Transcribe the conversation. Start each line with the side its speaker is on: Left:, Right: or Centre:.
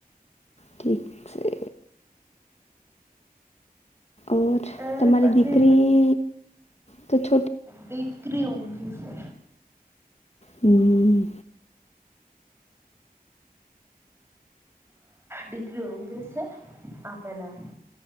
Left: ઠીક સે. ઓજ.
Right: એ
Left: તમારી
Right: પછી
Left: દીકરી તો છ
Right: દીકરી ઊંઘે સે.
Left: હમ્મ.
Right: દીકરી ઊંઘે સે. આ પહેલા